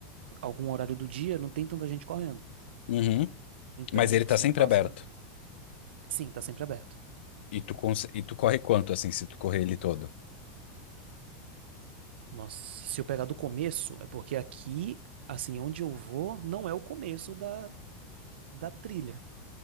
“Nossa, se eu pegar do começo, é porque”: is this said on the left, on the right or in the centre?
Right